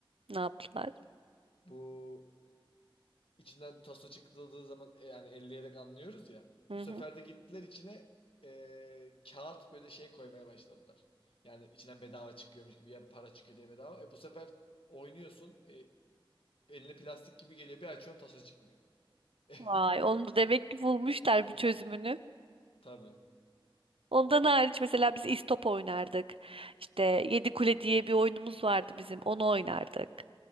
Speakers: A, on the right (about 85°); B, on the left (about 80°).
A: Ne yaptılar?
B: Bu İçinden taso çıkıldığı zaman e, yani elleyerek anlıyoruz ya.
A: Hı
B: Bu sefer
A: hı.
B: de gittiler içine e, kağıt böyle şey koymaya başladılar. Yani içinden bedava çıkıyormuş gibi ya para çıkıyor diye bedava. E bu sefer oynuyorsun e, eline plastik gibi geliyor bir açıyorsun taso çıkmıyor. <laughs>
A: Vay, onu da demek ki bulmuşlar bir çözümünü.
B: Tabii.
A: Ondan hariç mesela biz istop oynardık. İşte Yedi Kule diye bir oyunumuz vardı bizim. Onu oynardık.